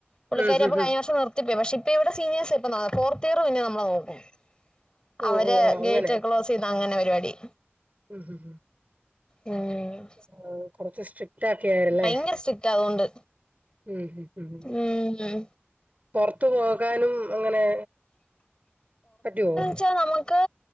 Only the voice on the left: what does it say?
പുള്ളിക്കാരി
അപ്പൊ
കഴിഞ്ഞ
വർഷം നിർത്തി പോയി. പക്ഷെ ഇപ്പൊ ഇവിടെ സീനിയേഴ്സ് ഇപ്പ ഫോർത്ത് ഇയർ പിന്നെ നമ്മൾ നോക്കും.
അവര്
ഗേറ്റ് ക്ലോസ് ചെയ്ത അങ്ങനെ പരിപാടി
ഉും
ഭയങ്കര സ്ട്രിക്റ്റ് അതുകൊണ്ട്
ഉം
ക്ഷെ നമുക്ക്